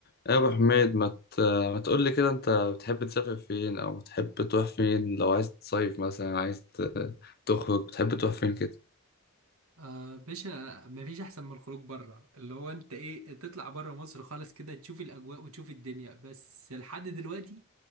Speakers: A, on the left (about 45°); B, on the right (about 80°).
A: يا ابو حميد ما ت- ما تقول لي كده انت بتحب تسافر فين او بتحب تروح فين لو عايز تصيف مثلا عايز ت- تخرج بتحب تروح فين كده
B: آه باشا مفيش احسن من الخروج بره اللي هو انت ايه تطلع بره مصر خالص كده تشوف الاجواء وتشوف الدنيا بس لحد دلوقتي